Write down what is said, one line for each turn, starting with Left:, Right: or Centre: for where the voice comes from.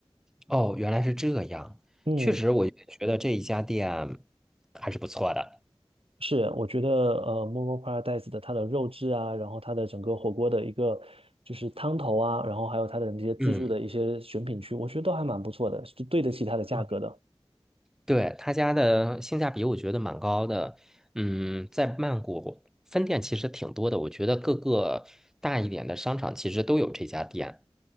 Centre: 哦，原来是这样，
Right: 嗯，
Centre: 确实我也觉得这一家店还是不错的。
Right: 是，我觉得呃，Momo Paradise 的它的肉质啊，然后它的整个火锅的一个就是汤头啊，然后还有它的那些自助的一些选品区，
Centre: 嗯，
Right: 我觉得都还蛮不错的，是对得起它的价格的。
Centre: 对，对，他家的性价比我觉得蛮高的。嗯，在曼谷分店其实挺多的，我觉得各个大一点的商场其实都有这家店。